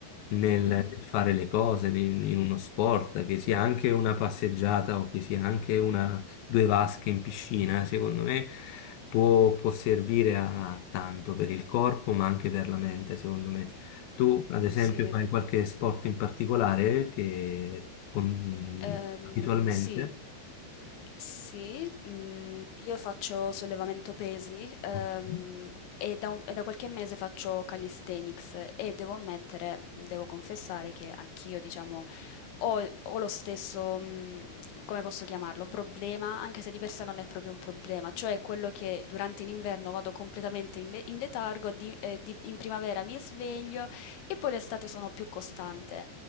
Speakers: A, on the left (about 70°); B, on the left (about 85°).
A: Nel, nel
B: Mh-mh.
A: fare le cose in, in uno sport, che sia anche una passeggiata o che sia anche due vasche in piscina, secondo me può, può servire a tanto per il corpo, ma anche per la mente, secondo me. Tu, ad esempio,
B: Sì.
A: fai qualche sport in particolare che con-
B: Ehm,
A: abitualmente...
B: sì, sì, mm, io faccio sollevamento pesi,
A: <laughs>
B: ehm, e da, un- e da qualche mese faccio calisthenics e devo ammettere, devo confessare che anch'io, diciamo, ho, ho lo stesso, mm, come posso chiamarlo, problema, anche se di per sé non è proprio un problema, cioè quello che durante l'inverno vado completamente in, le- in letargo, di- eh, di- in primavera mi sveglio e poi l'estate sono più costante.